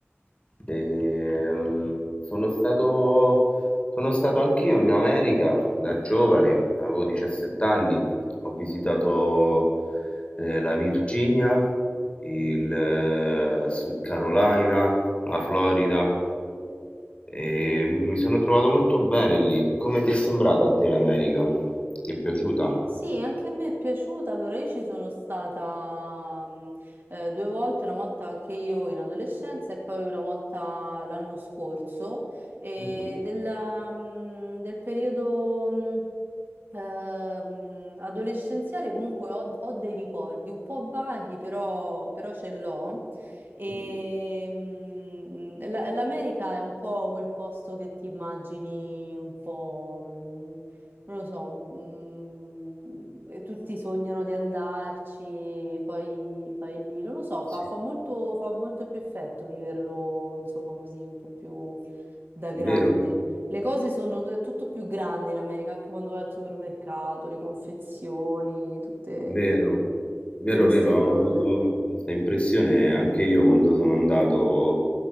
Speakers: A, on the left; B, on the right.
A: Ehm, sono stato, sono stato anch'io in America da giovane, avevo 17 anni, ho visitato eh, la Virginia, il eh, Sud Carolina, la Florida, e mi sono trovato molto bene lì. Come ti è sembrata a te l'America? Ti è piaciuta?
B: Sì, anche a me è piaciuta. Allora, io ci sono stata mm, eh, due volte, una volta anche io in adolescenza e poi una volta l'anno scorso. E
A: Mhm,
B: della, mm, del periodo. mm, Ehm, adolescenziale comunque ho, ho dei ricordi un po' vaghi, però, però ce l'ho. E,
A: mhm,
B: mm, la- L'America è un po' quel posto che ti immagini un po', mm, non lo so, mm, e tutti sognano di andarci, poi vai lì, non lo so, fa,
A: sì.
B: fa molto, fa molto più effetto viverlo, insomma, così un po' più da grande.
A: Vero,
B: Le cose sono è tutto più grande in America, anche quando vai al supermercato, le confezioni, tutte,
A: vero, vero,
B: tutte queste
A: vero,
B: cose.
A: ho avuto questa impressione anche io quando sono andato,